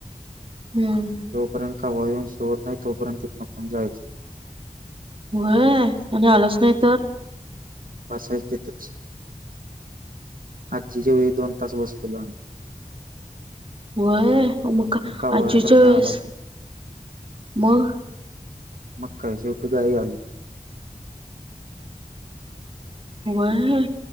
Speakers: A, on the right; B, on the right.
A: हम्म.
B: जोपर्यंत कावळा येऊन शिवत नाही तोपर्यंत तिथंन आपण जायचं
A: व्हय आणि आलाच नाही तर
B: बसायच तीथच आजीच्या वेळी दोन तास बसलेलो आम्ही
A: व्हय म का
B: पण कावळा
A: आजीच्या
B: तर
A: वेळेस
B: काय आलाच नाही
A: मग
B: मग काय शेवटी गाई आली
A: व्हय